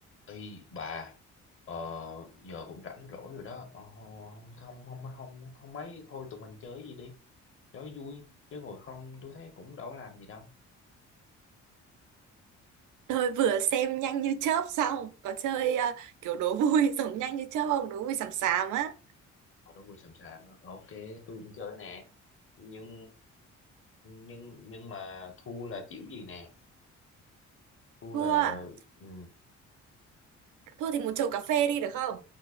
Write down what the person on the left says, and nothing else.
Ý bà ờ, giờ cũng rảnh rỗi rồi đó ờ, không không không không không mấy thôi tụi mình chơi gì đi chơi vui chứ ngồi không tôi thấy cũng đâu có làm gì đâu
ờ đúng rồi sẵn sàng Ờ, ok tôi cũng chơi nè nhưng nhưng nhưng mà thua là chịu gì nè thua
là ừ,